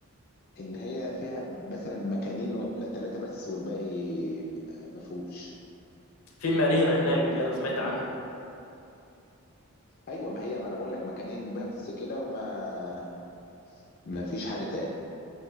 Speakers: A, on the left (about 45°); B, on the left (about 80°).
A: ان هي فيها مثلا مكانين ولا ثلاثه بس والباقي ما فيهوش
B: في مارينا هناك دي
A: نعم
B: أنا سمعت
A: ما
B: عنها
A: فيهوش. ايوه ما هي ما انا بقول لك مكانين بس كده وما ما فيش حاجه تاني